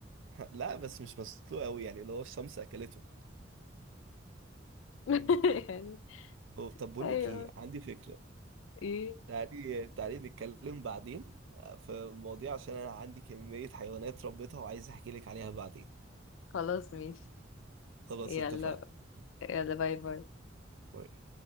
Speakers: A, on the right; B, on the left.
A: لا بس مش مسلوق أوي يعني اللي هو الشمس أكلته
B: <laughs>
A: امم
B: يعني
A: هو- طب بقول
B: ايوه
A: لك إيه عندي فكرة
B: ايه
A: تعالي تعالي نتكلم بعدين آه، في المواضيع عشان أنا عندي كمية حيوانات ربيتها وعايز أحكي لك عليها بعدين
B: خلاص ماشي
A: خلاص
B: يلا
A: اتفقنا
B: يلا باي باي
A: باي.